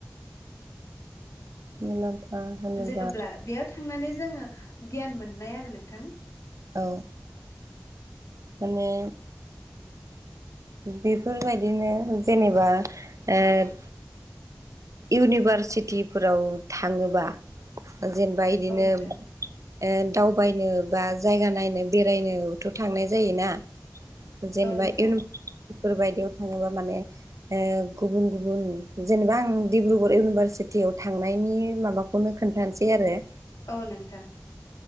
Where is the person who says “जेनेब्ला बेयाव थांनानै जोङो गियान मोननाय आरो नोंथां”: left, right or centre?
Left